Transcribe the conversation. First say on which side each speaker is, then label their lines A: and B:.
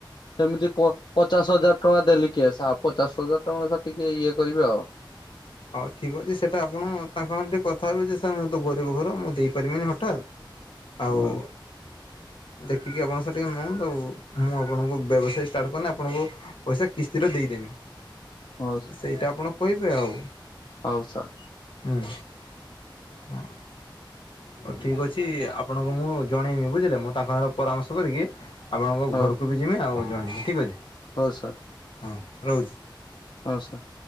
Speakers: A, on the left; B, on the left.
A: ସେମିତି ପଚାଶ ହଜାର। ଟଙ୍କା ଦେଲି କିଏ ପଚାଶ ହଜାର ଟଙ୍କା ଟିକେ ଇଏ କରିବେ ଆଉ
B: ହଉ ଠିକ୍ ଅଛି ସେଇଟା ଆପଣ ତାଙ୍କ ସାଙ୍ଗରେ ଟିକେ କଥା ହେବେ ଯେ ସାର୍ ମୁଁ ତ ଗରିବ ଘର ମୁଁ ଦେଇପାରିବିନି ହଠାତ୍ ଆଉ
A: ହଁ।
B: ଦେଖିକି ଆପଣ ସେଠିକ ନେଅନ୍ତୁ ମୁଁ ଆପଣଙ୍କୁ ବ୍ୟବସାୟ ଷ୍ଟାର୍ଟ କରନି ଆପଣଙ୍କୁ ପଇସା କିସ୍ତିରେ ଦେଇଦମି
A: ହଉ
B: ସେଇଟା ଆପଣ କହିବେ ଆଉ
A: ହଉ ସାର୍।
B: ହୁଁ ହଁ ହ ଠିକ ଅଛି ଆପଣଙ୍କୁ ମୁଁ ଜଣେଇମି ବୁଝିଲେ ମୁଁ ତାଙ୍କ ଘର ପରାମର୍ଶ କରିକି ଆପଣଙ୍କ
A: ହଉ
B: ଘରକୁ ବି ଯିବେ ଆଉ ଜଣେଇିବି ଠିକ ଅଛି।
A: ହଉ ସାର୍।
B: ହଁ ରହୁଛି
A: ହଁ ସାର୍।